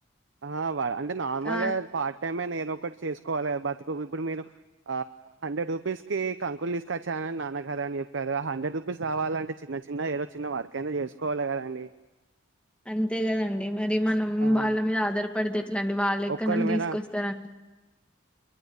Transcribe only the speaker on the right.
ఆ వా అంటే నార్మల్
పార్ టైమ్ ఒకటి చేసుకోవాలి బతుకు ఇప్పుడు మీరు ఆ హండ్రెడ్ రూపీస్ కి కంకులు తీసుకొచ్చానని నాన్నగారు అని చెప్పారు హండ్రెడ్ రూపీస్ రావాలంటే చిన్న చిన్న ఏదో చిన్న వర్క్ అయినా చేసుకోవాలి కదండి
ఆ
ఒక్కళ
మీద